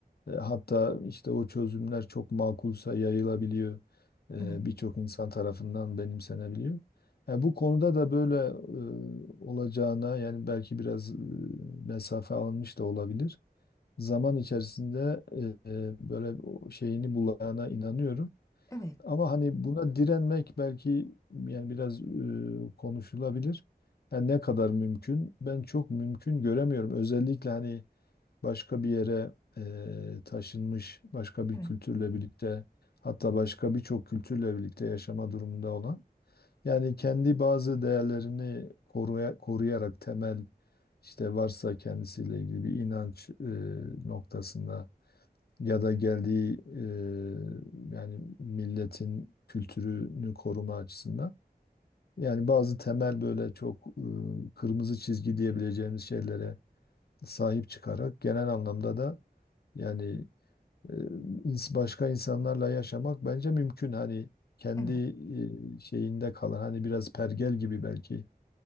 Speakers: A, on the left; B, on the left.
A: E, hatta işte o çözümler çok makulsa yayılabiliyor. E,
B: evet,
A: birçok insan tarafından benimsenebiliyor. Yani bu konuda da böyle e, olacağına yani belki biraz e, mesafe alınmış da olabilir. Zaman içerisinde e, e, böyle o şeyini bulana inanıyorum.
B: evet,
A: Ama hani buna direnmek belki yani biraz e, konuşulabilir. Yani ne kadar mümkün? Ben çok mümkün göremiyorum. Özellikle hani başka bir yere e, taşınmış, başka bir
B: evet,
A: kültürle birlikte, hatta başka birçok kültürle birlikte yaşama durumunda olan. Yani kendi bazı değerlerini koruya- koruyarak temel işte varsa kendisiyle ilgili bir inanç e, noktasında ya da geldiği e, yani milletin kültürünü koruma açısından. Yani bazı temel böyle çok e, kırmızı çizgi diyebileceğimiz şeylere sahip çıkarak genel anlamda da yani e, ins- başka insanlarla yaşamak bence mümkün. Hani kendi
B: evet.
A: e, şeyinde kalan hani biraz pergel gibi belki.